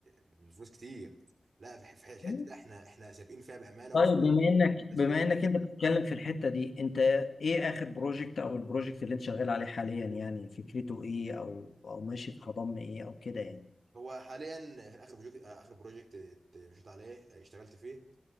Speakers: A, on the right; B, on the left.
A: بفلوس كتير لا في ح- في الحته
B: أيوة.
A: ده احنا احنا سابقين فيها بامانه
B: طيب
A: وفي
B: بما انك
A: بس
B: بما
A: فيه
B: انك انت بتتكلم في الحتة دي انت ايه اخر بروجكت او البروجكت اللي انت شغال عليه حاليا يعني فكرته ايه او او ماشي في خضم ايه او كده يعني
A: هو حاليا في اخر بروجكت اخر بروجكت ات- مشيت عليه اه، اشتغلت فيه